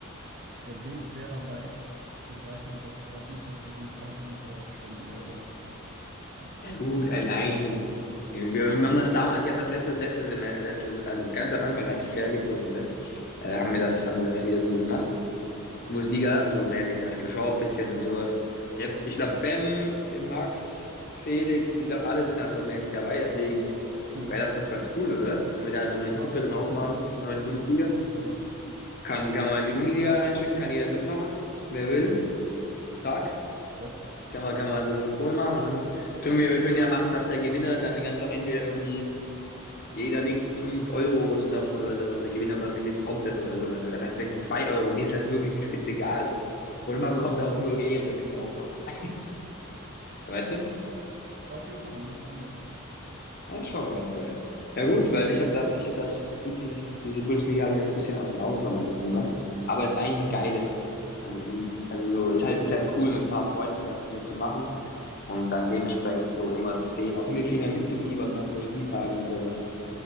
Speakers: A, on the right; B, on the left.
A: Äh, bin ich sehr dabei. Ich weiß nur, dass ich da unfassbar viel Zeit drin verschwenden werde.
B: Ja gut, äh, nein. Nee, Wir, wir haben das damals, ich habe das letztes, letztes, Sem- äh, letztes, also ganz am Anfang, als ich hergezogen bin, äh, haben
A: Ja,
B: wir das, haben wir das wieder so gemacht. Bundesliga, so mäßig das geschaut, bisschen und sowas. Ich, ich glaube, Ben, Max, Felix, ich glaube, alle sind da so mäßig dabei, deswegen
A: cool.
B: wäre das doch ganz cool, oder? Wenn wir da so eine
A: Ja,
B: Gruppe
A: hört
B: dann
A: sich
B: aufmachen
A: gut an. Hört
B: zur
A: sich
B: neuen
A: sehr, sehr
B: Bundesliga.
A: gut an. Bin ich dabei.
B: Kann, kann man in die Uniliga einschicken, kann jeder mitmachen, wer will. Zack.
A: Ja.
B: Kann man, kann man so eine Gruppe machen und dann können wir, wir können ja machen, dass der Gewinner dann ganz am Ende irgendwie Jeder legt 5 Euro zusammen oder sowas und der Gewinner am Ende bekommt das oder sowas. Oder was heißt 2 Euro? Mir ist das wirklich spitzegal. Oder man bekommt auch nur Ehre, das können wir auch machen. <laughs> So, weißt du?
A: Auf jeden Fall bin ich dabei.
B: Das ist schon ganz geil. Ja gut, weil ich habe das, ich habe das, diese diese Bundesliga habe ich das ein bisschen aus den Augen verloren irgendwann. Aber ist eigentlich ein geiles, also, um- also so, ist halt, ist halt cool mit ein paar Freunden das so zu machen und dann dementsprechend so immer zu sehen, auch mir viel mehr mitzufiebern an so Spieltagen und sowas.